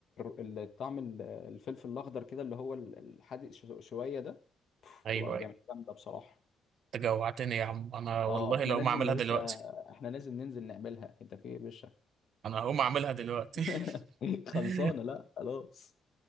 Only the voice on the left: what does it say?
ال... ال- طعم ال- الفلفل الاخضر كده اللي هو ال- الحادق ش- شويه ده
بتبقى
جامد- جامده بصراحه
اه احنا
لازم
يا باشا
احنا لازم ننزل نعملها انت في إيه يا باشا
<laughs>
خلصانه لا خلاص